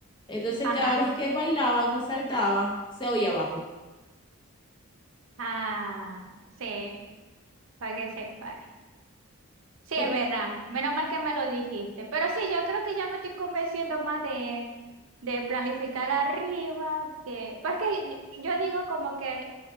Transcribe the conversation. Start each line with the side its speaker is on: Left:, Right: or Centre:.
Left: Entonces,
Right: Ajá.
Left: cada vez que bailaban o saltaban, se oía abajo.
Right: Ah, sí. Para que sepa. Sí,
Left: Pero,
Right: es verdad. Menos mal que me lo dijiste. Pero sí, yo creo que ya me estoy convenciendo más de, de planificar arriba que... Pues que yo yo digo como que